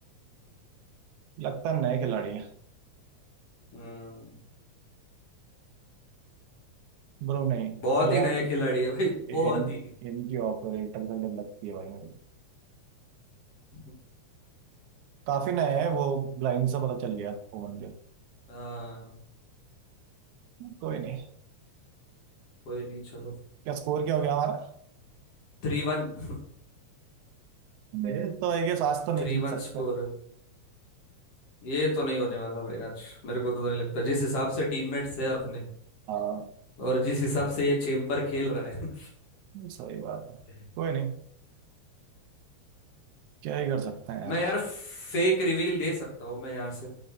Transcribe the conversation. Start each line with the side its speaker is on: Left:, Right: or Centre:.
Right: लगता है नए खिलाड़ी हैं
Left: हम्म
Right: ब्रो नहीं
Left: बहुत
Right: यार
Left: ही नए खिलाड़ी है भाई बहुत
Right: इन
Left: ही
Right: इनकी ऑपरेटर का डर लगती है भाई मुझे
Left: <laughs>
Right: काफी नया है वो ब्लाइंड से पता चल गया ओवन के
Left: हाँ
Right: कोई नहीं
Left: कोई नहीं चलो
Right: क्या स्कोर क्या हो गया हमारा
Left: थ्री वन <laughs>
Right: मेरे तो आई गेस आज तो नहीं
Left: थ्री
Right: जीत
Left: वन
Right: सकते
Left: स्कोर <laughs> ये तो नहीं होने वाला भाई आज मेरे को तो नहीं लगता जिस हिसाब से टीममेट्स है अपने
Right: हाँ
Left: और जिस हिसाब से ये चेम्बर खेल रहा है
Right: सही बात है
Left: <laughs>
Right: कोई नहीं क्या ही कर सकते हैं यार
Left: मैं यार फेक रिवील दे सकता हूँ मैं यहाँ से